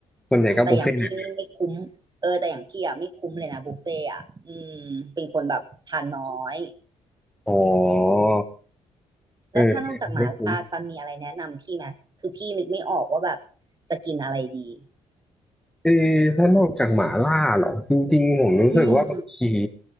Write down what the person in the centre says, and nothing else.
ส่วนใหญ่ก็บุฟเฟ่ต์เนี่ย
อ๋อเออใช่ไม่คุ้ม
เออถ้านอกจากหมาล่าเหรอจริงๆผมรู้สึกว่าบางที